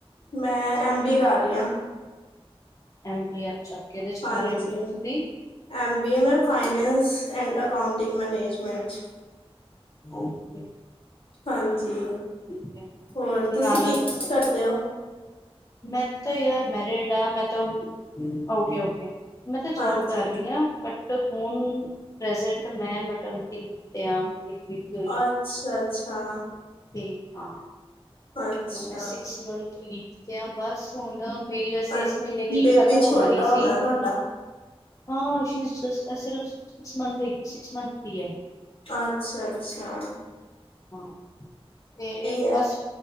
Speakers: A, on the left (about 65°); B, on the left (about 35°).
A: ਮੈਂ ਐਮ- ਬੀ-ਏ ਕਰ ਰਹੀ ਹਾਂ।
B: ਐਮ-ਬੀ-ਏ, ਅੱਛਾ। ਕਿਹਦੇ ਚ ਕਰ
A: ਹਾਂਜੀ।
B: ਰਹੇ ਹੋ ਐਮ ਬੀ ਏ ਤੁਸੀਂ
A: ਐਮ- ਬੀ -ਏ ਮੈਂ ਫਾਈਨੈਂਸ ਐਂਡ ਅਕਾਊਂਟਿੰਗ ਮੈਨੇਜਮੈਂਟ 'ਚ।
B: <unintelligible>
A: ਹਾਂਜੀ।
B: ਠੀਕ ਹੈ
A: ਹੋਰ
B: ਤੇ
A: ਤੁਸੀਂ
B: ਨਾਲ ਨਾਲ
A: ਕੀ ਕਰਦੇ ਓ।
B: ਮੈਂ ਤਾਂ ਯਾਰ ਮੈਰਿਡ ਹਾਂ। ਮੈਂ ਤਾਂ ਹੁਣ ਓਕੇ ਓਕੇ, ਮੈਂ ਤਾਂ ਜੋਬ
A: ਹਾਂਜੀ
B: ਕਰ ਰਹੀ ਹਾਂ। ਬਟ ਹੁਣ ਪ੍ਰੈਜੈਂਟ ਮੈਂ ਮੈਟਰਨਟੀ ਲਿਤਿਆ। <unintelligible>
A: ਅੱਛਾ-ਅੱਛਾ।
B: ਤੇ ਹਾਂ
A: ਅੱਛਾ
B: ਮੈਂ ਸਿਕਸ ਮੰਥ ਲੀਵ ਤੇ ਆ। ਬਸ ਹੁਣ ਮੇਰੀ ਵੈਸੇ
A: ਅ
B: ਇਸ ਮਹੀਨੇ ਲੀਵ
A: ਬੇਬੀ
B: ਖ਼ਤਮ ਹੋ
A: ਛੋਟਾ
B: ਜਾਣੀ
A: ਹੋਣਾ
B: ਸੀ।
A: ਤੁਹਾਡਾ
B: ਹਾਂ <unintelligible> ਇਹ ਸਿਰਫ ਸਿਕਸ ਮੰਥ ਦੀਆ ਹੈ।
A: ਅੱਛਾ-ਅੱਛਾ
B: ਹਾਂ ਤੇ
A: ਹੈ
B: ਬਸ